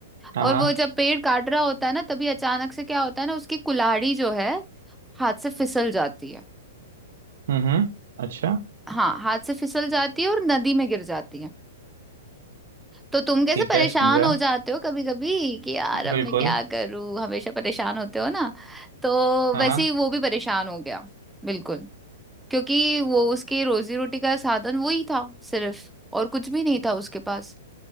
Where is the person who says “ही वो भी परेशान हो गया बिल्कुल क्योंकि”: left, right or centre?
Centre